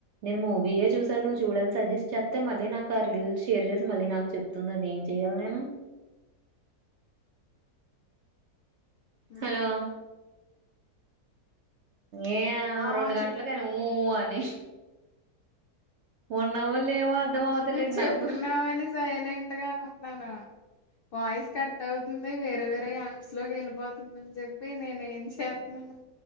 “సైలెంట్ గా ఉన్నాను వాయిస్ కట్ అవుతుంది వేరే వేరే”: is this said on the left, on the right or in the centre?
Left